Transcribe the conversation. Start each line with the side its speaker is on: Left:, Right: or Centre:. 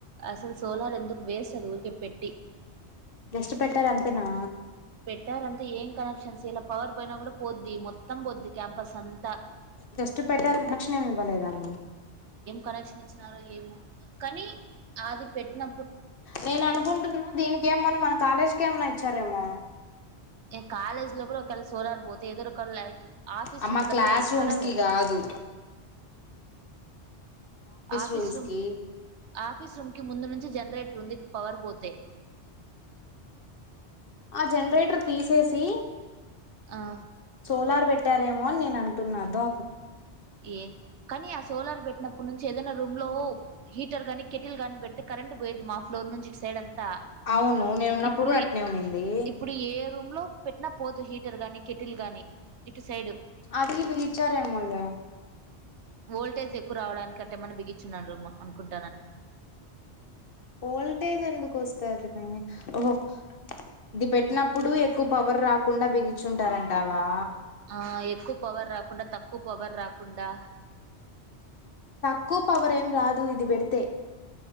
Right: అసల్ సోలార్ ఎందుకు వేస్ట్ అది పెట్టి
Left: కష్ట పెట్టారు అంతేనా
Right: పెట్టారంతే ఏం కనెక్షన్స్ ఇలా పవర్ పోయినా కూడా పోద్ది మొత్తం పోద్ది క్యాంపస్ అంతా
Left: జస్ట్ పెద్ద తక్షణేమి ఇవ్వలేదానను
Right: కక్సి ఏమో కానీ ఆది పెట్టిన
Left: నేను అనుకుంటున్నా దీనికి ఏమ మన మన కాలేజ్ మన్నా ఇచ్చారేమో
Right: ఏ కాలేజ్ లో కూడా ఒకవళ సోలార్ పోతే ఏదో ఒకళ లైట్ ఆఫీస్
Left: అమ్మ
Right: రూమ్ల
Left: క్లాస్
Right: తప్ప ఎక్కడా
Left: రూమ్స్ కి కాదు
Right: ఆఫీస్
Left: రూమ్స్
Right: రూమ్
Left: కి
Right: ఆఫీస్ రూమ్ కి ముందు నుంచి జనరేటర్ ఉంది ఇ పవర్ పోతే
Left: ఆ జనరేటర్ తీసేసి
Right: ఆ
Left: సోలార్ బెట్ ట్టారేమో అని నేను అంటున్నాను
Right: ఏ కానీ ఆ సోలార్ పెట్టినప్పుడు నుంచి ఏదైనా రూమ్ లో హీటర్ గానీ కెటిల్ గానీ పెడితే కరెంట్ పోయేది మాఫ్ ఫ్లోర్ నుంచి ఇ సైడ్ అంతా
Left: అవును నేను ఉన్నప్పుడు
Right: ఇప్పుడు
Left: కూడా అట్నే ఉనింది
Right: ఇప్పుడు ఏ రూమ్ లో పెట్టిన పోదు హీటర్ గాని కెటిల్ గాని ఇటు సైడ్
Left: అది బచారేముళ
Right: వోల్టేజ్ ఎక్కువ రావడానికికట్టే మన బిగించున్నారుమ్ అనుకుంటు
Left: వోల్టేజ్ ఎందుకు వస్తా అది ఓహో ఇది పెట్టినప్పుడు ఎక్కువ పవర్ రాకుండా బిగచుంటారంటావా
Right: ఆ ఎక్కువ పవర్ రాకుండా తక్కువ పవర్ రాకుండా
Left: తక్కువ పవరేం రాదు ఇది పెడితే